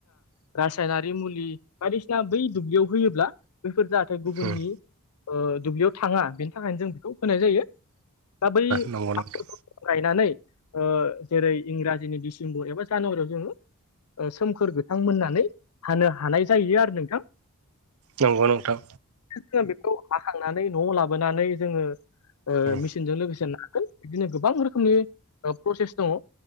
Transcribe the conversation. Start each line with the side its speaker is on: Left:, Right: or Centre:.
Left: रासायनारि मुलि बायदिसिना बै दुब्लियाव होयोब्ला बैफोर जाहाथे गुबुननि
Right: औ
Left: दुब्लियाव थाङा बेनि थाखायनो जों बेखौ खोनाय जायो दा बै
Right: नंगौ नोंथां
Left: हाफोरखौ गायनानै जेरै इंराजिनि डिसेम्बर एबा जानुवारियाव जोङो सोमखोर गोथां मोननानै हानो हानाय जायो आरो नोंथां
Right: नंगौ नोंथां
Left: जोङो बेखौ हाखांनानै न'आव लाबोनानै जोङो
Right: औ
Left: मेसिनजों लोगोसे नागोन बिदिनो गोबां रोखोमनि प्रसेस दङ